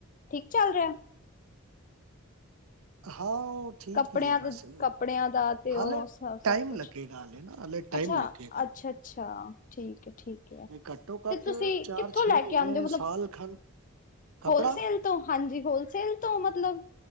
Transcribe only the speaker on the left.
ਠੀਕ ਚੱਲ ਰਿਹਾ
ਕੱਪੜਿਆਂ
ਦਾ ਕੱਪੜਿਆਂ ਦਾ ਤੇ
ਉਹ ਸਭ
ਕੁਛ
ਅੱਛਾ,
ਅੱਛਾ ਅੱਛਾ ਠੀਕ ਹੈ ਠੀਕ
ਤੇ
ਤੁਸੀਂ
ਕਿੱਥੋਂ
ਲੈ
ਕੇ ਆਉਂਦੇ ਹੋ ਮਤਲਬ
ਹੋਲਸੇਲ ਤੋਂ ਹਾਂਜੀ ਹੋਲਸੇਲ ਤੋਂ ਮਤਲਬ